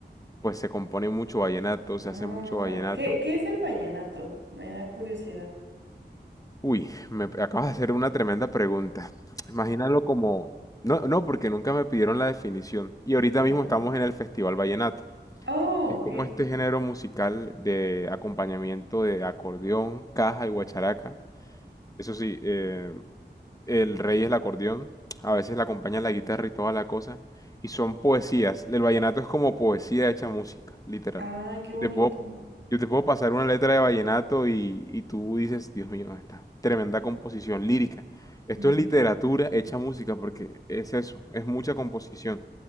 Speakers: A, on the left (about 20°); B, on the right (about 90°).
A: pues se compone mucho vallenato,
B: Ah,
A: se hace mucho vallenato.
B: ¿qué, qué es el vallenato? Me da curiosidad.
A: Uy, me acabas de hacer una tremenda pregunta. Imagínalo como... No, no, porque nunca me pidieron la definición. Y ahorita
B: Ah,
A: mismo estamos en el Festival Vallenato.
B: Oh,
A: Es como
B: ok.
A: este género musical de acompañamiento de acordeón, caja y guacharaca. Eso sí, eh, el rey es el acordeón, a veces le acompaña la guitarra y toda la cosa, y son poesías. El vallenato es como poesía hecha música, literal.
B: Ay, qué bonito.
A: Yo te puedo, yo te puedo pasar una letra de vallenato y, y tú dices, Dios mío, esta tremenda composición lírica. Esto
B: Mm.
A: es literatura hecha música porque es eso, es mucha composición,